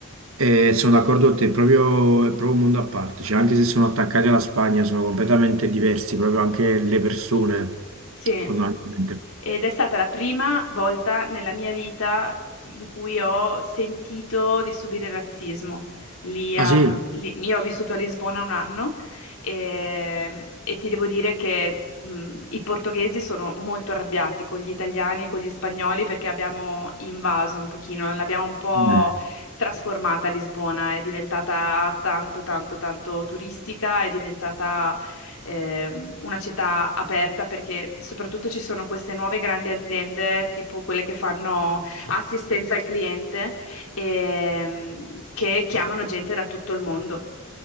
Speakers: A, on the right; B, on the left.
A: E sono d'accordo con te, è proprio, è proprio un mondo a parte, cioè, anche se sono attaccati alla Spagna, sono completamente diversi, proprio anche le persone,
B: sì.
A: fondamentalmente.
B: Ed è stata la prima volta nella mia vita in cui ho sentito di subire razzismo. Lì a-
A: Ah sì?
B: lì- io ho vissuto a Lisbona un anno e, e ti devo dire che mh, i portoghesi sono molto arrabbiati con gli italiani e con gli spagnoli perché abbiamo invaso un pochino, l'abbiamo un po'
A: Mm.
B: trasformata Lisbona, è diventata tanto, tanto, tanto turistica, è diventata ehm, una città aperta perché soprattutto ci sono queste nuove grandi aziende, tipo quelle che fanno assistenza al cliente, ehm, che chiamano gente da tutto il mondo.